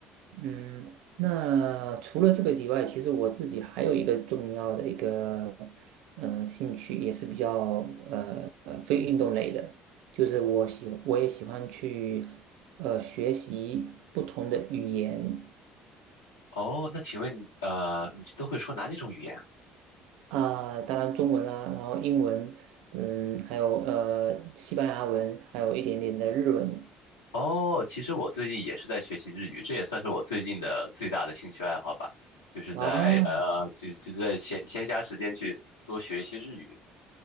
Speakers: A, on the right; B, on the left.
A: 嗯，那除了这个以外，其实我自己还有一个重要的一个呃兴趣，也是比较呃呃非运动类的，就是我喜我也喜欢去呃学习不同的语言
B: 哦，那请问呃，你都会说哪几种语言啊
A: 啊，当然中文啦，然后英文，嗯，还有呃西班牙文，还有一点点的日文。
B: 哦，其实我最近也是在学习日语，这也算是我最近的最大的兴趣爱好吧，就是在呃，
A: 啊。
B: 就就在闲闲暇时间去多学一些日语。